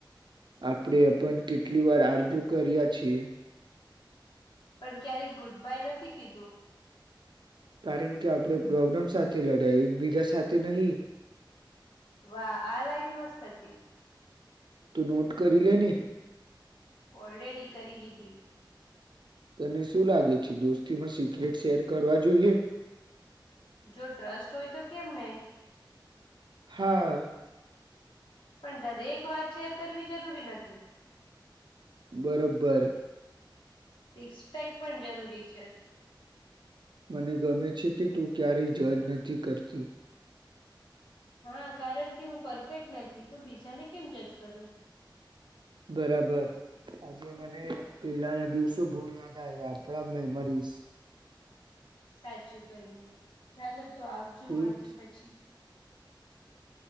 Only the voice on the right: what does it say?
આપડે પણ કેટલી વાર આર્ગ્યુ કર્યા છીએ
કારણ કે આપડે પ્રોબ્લેમ સાથે લડ્યા એક બીજા સાથે નહી
તો નોટ કરી લે ન
તને શું લાગે છે દોસ્તી માં સિક્રેટ શેર કરવા જોઈએ
હા
બરોબર
મને ગમે છે કે તું ક્યારેય જજ નથી કરતી
બરાબર આજે મને પેલા ના દિવસે શુંભું યાદ એવા આપડા મે મરીશ
ઠીક